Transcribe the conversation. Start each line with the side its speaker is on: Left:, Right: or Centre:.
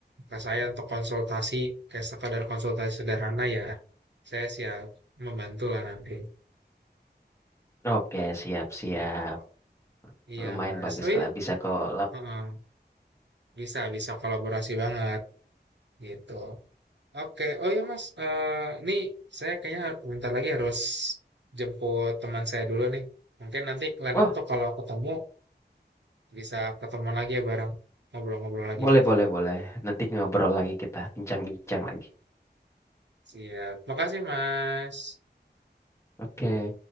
Right: ke saya untuk konsultasi kayak sekadar konsultasi sederhana ya saya siap membantu lah nanti
Left: Oke, siap-siap.
Right: gitu iya
Left: Lumayan
Right: mas
Left: bagus
Right: oh iya
Left: lah bisa kok lap.
Right: heeh. bisa bisa kolaborasi banget gitu oke oh iya mas Eh nih saya kayaknya har- bentar lagi harus jemput teman saya dulu nih mungkin nanti lain
Left: Wah,
Right: waktu kalau ketemu bisa ketemu lagi ya bareng ngobrol-ngobrol lagi
Left: Boleh,
Right: gitu
Left: boleh, boleh. Nanti ngobrol lagi kita, bincang-bincang lagi.
Right: siap makasih mas
Left: Oke.